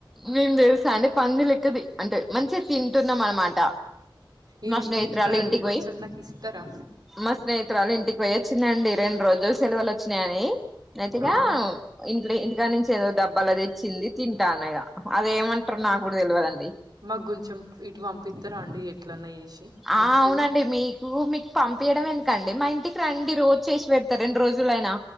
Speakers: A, in the centre; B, on the right.
A: నేను తెల్సా అండి పంది లెక్కది. అంటే మంచిగా తింటున్నాం అనమాట.
B: ఏమి
A: మా స్నేహితురాలు
B: తింటున్నరండి
A: ఇంటికి
B: కొంచెం
A: పోయి
B: నాకి ఇస్తరా.
A: మా స్నేహితురాలు ఇంటికి పొయ్యించినండి రెండ్ రోజులు సెలవలు వచ్చినాయని అతిగా
B: ఆ
A: ఇంట్లె ఇంటికానించి ఏదో డబ్బాలో తెచ్చింది తింటనగా అదేమంట్రో నాకు కూడ తెలువదండి.
B: మాకు గొంచం ఇటు పంపిస్తరా అండి ఎట్లన్నా చేసి
A: ఆ
B: నాకు
A: అవునండి మీ యో మీకు పంపియడం ఎందుకండి మా ఇంటికి రండి రోజు చేసి పెడతా రెండు రోజులైనా